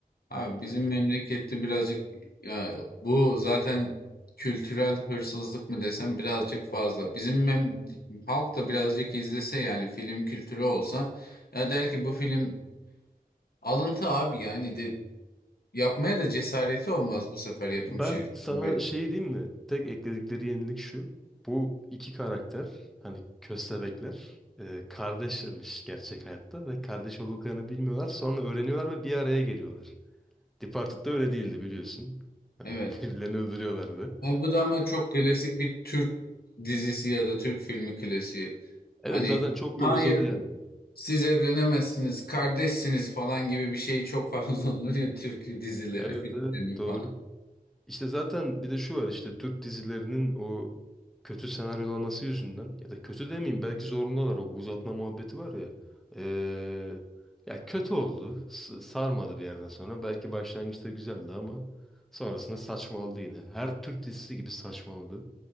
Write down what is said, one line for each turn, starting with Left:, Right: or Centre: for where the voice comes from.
Left: Abi bizim
Centre: e,
Left: memlekette birazcık ya bu zaten kültürel hırsızlık mı desem birazcık fazla. Bizim mem halk da birazcık izlese yani film kültürü olsa ya der ki bu film alıntı abi yani de yapmaya da cesareti olmaz bu sefer yapım
Centre: ben
Left: şirketinin
Centre: sana
Left: böyle.
Centre: şey diyeyim mi? Tek ekledikleri yenilik şu. Bu iki karakter hani köstebekler e, kardeşmiş gerçek hayatta ve kardeş olduklarını bilmiyorlar. Sonra öğreniyorlar ve bir araya geliyorlar. Departed'da öyle değildi biliyorsun. Hani
Left: Evet.
Centre: <laughs> birbirlerini öldürüyorlardı.
Left: Abi bu da ama çok klasik bir Türk dizisi ya da Türk filmi klasiği.
Centre: Evet
Left: Hani
Centre: zaten çok
Left: hayır
Centre: da uzadı yani.
Left: Siz evlenemezsiniz, kardeşsiniz falan gibi bir şey çok fazla <laughs> olur ya Türk dizileri,
Centre: Evet,
Left: filmleri
Centre: evet doğru.
Left: falan.
Centre: İşte zaten bir de şu var işte Türk dizilerinin o kötü senaryolaması yüzünden ya da kötü demeyeyim belki zorundalar o uzatma muhabbeti var ya. Ee, ya kötü oldu. S- sarmadı bir yerden sonra. Belki başlangıçta güzeldi ama sonrasında saçmaladı yine. Her Türk dizisi gibi saçmaladı.